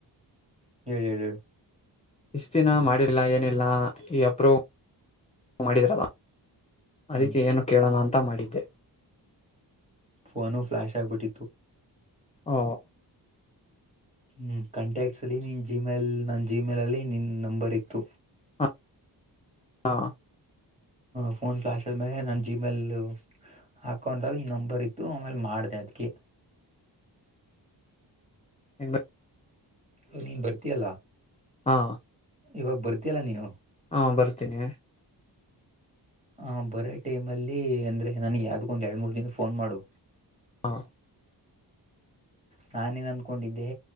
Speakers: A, on the right; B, on the left.
A: ಹೇಳಳ್ ಹೇಳಿ ಹೇಳ
B: ಇಷ್ಟ ದಿನ ಮಾಡಿಲ್ಲ ಏನಿಲ್ಲ ಈ ಅಪ್ರೂ ಮಾಡಿದ್ರಲ್ಲ
A: ಹ್ಮ್
B: ಅದಕ್ಕೆ ಏನು ಕೇಳೋಣ ಅಂತ ಮಾಡಿದ್ದೆ
A: ಫೋನು ಫ್ಲಾಶ್ ಆಗ್ಬಿಟ್ಟಿತ್ತು
B: ಓ
A: ಹ್ಮ್ ಕಾಂಟ್ಯಾಕ್ಟ್ಸ್ ಅಲ್ಲಿ ನಿನ್ ಜಿಮೇಲ್ ನನ್ ಜಿಮೇಲ್ಲ್ಲಿ ನಿನ್ ನಂಬರ್ ಇತ್ತು
B: ಹ ಹಾ
A: ಫೋನ್ ಫ್ಲಾಶ್ ಆದ್ಮೇಲೆ ನಾನ್ ಜಿಮೇಲ್ ಹಾಕೊಂಡಾಗ ಈ ನಂಬರ್ ಇತ್ತು ಆಮೇಲೆ ಮಾಡ ಅ ಅದಕ್ಕೆ
B: ಹ
A: ಅ ನೀನ್ ಬರ್ತಯಲ್ಲ
B: ಹಾ
A: ಇವಾಗ ಬರ್ತಿಯಲ್ಲ ನೀನು
B: ಹಾ ಬರ್ತೀನಿ
A: ಹ ಬರೋ ಟೈಮ್ ಅಲ್ಲಿ ಅಂದ್ರೆ ನನ್ಗೆ ಯಾವ್ದು ಒಂದ್ ಎರಡ್ ಮೂರ್ ದಿನ ಫೋನ್ ಮಾಡು
B: ಹಾ
A: ನಾಾನೇನ್ ಅನ್ಕೊಂಡಿದ್ದೆ